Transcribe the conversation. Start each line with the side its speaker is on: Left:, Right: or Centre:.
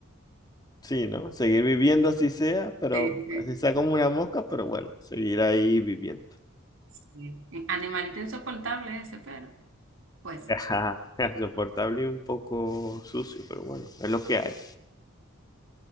Left: Sí, ¿no? Seguir viviendo así sea, pero
Right: Sí, sí.
Left: así sea como una mosca, pero bueno, seguir ahí viviendo.
Right: Sí. Animalito insoportable ese, pero puede ser.
Left: Ajá, <laughs> Soportable y un poco sucio, pero bueno, es lo que hay.